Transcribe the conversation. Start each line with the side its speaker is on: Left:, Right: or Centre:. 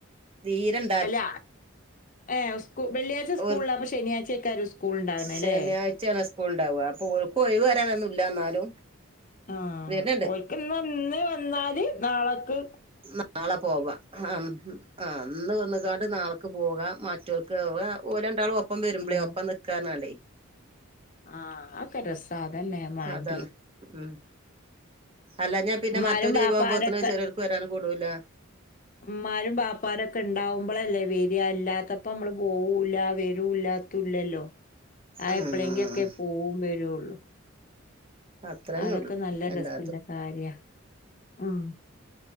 Right: ധീരൻ
Left: അല്ല ഏ സ് വെള്ളിയാഴ്ച സ്കൂള
Right: ഓൽക്ക്
Left: അപ്പൊ ശനിയാഴ്ചയക്ക ഒരു സ്കൂൾ ഉണ്ടാവണെല്ലേ
Right: ശനിയാഴ്ചയാണ് സ്കൂൾ ഉണ്ടാവുക അപ്പൊ ഓല്ക്ക് ഒയിവ് വരാനൊന്നും ഇല്ല എന്നാലും
Left: ആ
Right: വരുന്നുണ്ട്
Left: ഓൽക്ക് ഇന്ന ഇന്ന് വന്നാല് നാളെക്ക്
Right: നാളെ പോവാ ആഹ് ആഹ് ഇന്ന് വന്ന്ക്കാണ്ട് നാളക്ക് പോകാം മറ്റോർക്ക് ഓ ഓ ഓൽ രണ്ടാളും ഒപ്പം വരുമ്പളേ
Left: ആ
Right: ഒപ്പം നി ക്കാർഞ്ഞാണ്ടെ
Left: ആഹ് ആക്കെ രസാ അതന്നെ മാണ്ടിയെ
Right: അതാണ് ഉം അല്ലാഞ്ഞാ പിന്നെ
Left: ഇമ്മാരും
Right: മറ്റൊരു
Left: ബാപ്പാരൊക്കെ
Right: ലീവാകുമ്പോത്തിന് ചെലോർക്ക് വരാനും കൂടൂല
Left: ഇമ്മാരും ബാപ്പാരും ഒക്കെ ഉണ്ടാവുമ്പളല്ലേ വര്യ അല്ലാത്തപ്പമ്മള് പോവൂല്ല വരൂല്ല ത്തുല്ലല്ലോ അത്
Right: ഉം
Left: എപ്പളേങ്കി ഒക്കെ പോവും വരുള്ളൂ
Right: അത്രന്നെ
Left: അതൊക്കെ
Right: ഉള്ളു
Left: നല്ല
Right: എല്ലാതും
Left: രസല്ല കാര്യാ ഉം